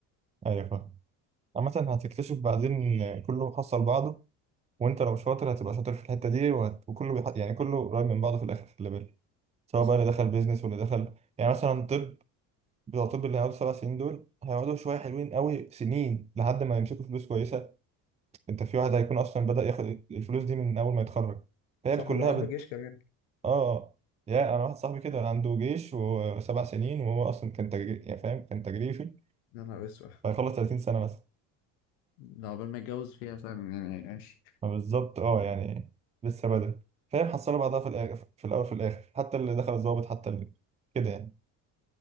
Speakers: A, on the right (about 20°); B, on the left (about 80°).
A: ايوه فاهم عامة هتكتشف بعدين ان كله حصل بعضه وانت لو شاطر هتبقى شاطر في الحتة دي وهت... وكله بيح... يعني كله قريب من بعضه في الاخر في الليفل سواء
B: صح
A: بقى اللي دخل بيزنس واللي دخل يعني مثلا طب بتوع طب اللي هيقعدوا سبع سنين دول هيقعدوا شويه حلوين قوي سنين لحد ما يمسكوا فلوس كويسه انت في واحد هيكون اصلا بدأ ياخد الفلوس دي من اول ما يتخرج فهي
B: صح
A: بت- كلها
B: ولو عنده
A: بت
B: جيش كمان
A: اه يا انا واحد صاحبي كده عنده جيش وسبع سنين وهو اصلا كان تجري يعني فاهم كان تجريفي
B: يا نهار اسود
A: فهيخلص 30 سنه مثلا
B: ده عقبال ما اتجوز فيها سنه يعني ماشي
A: فبالظبط اه يعني لسه بدري فاهم حصلوا بعضها في الاخر في الاول في الاخر حتى اللي دخل الضابط حتى اللي كده يعني